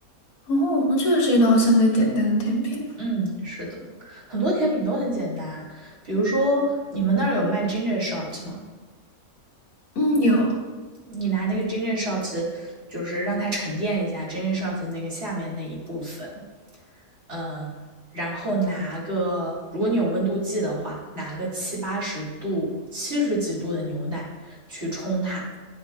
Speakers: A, on the left (about 75°); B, on the right (about 40°).
A: 哦，那确实是一道相对简单的甜品。
B: 嗯，是的，很多甜品都很简单。比如说，你们那儿有卖 ginger shot 吗？
A: 嗯，有
B: 你拿那个 ginger shot，就是让它沉淀一下 ginger shot 那个下面那一部分，嗯，然后拿个，如果你有温度计的话，拿个七八十度、七十几度的牛奶去冲它，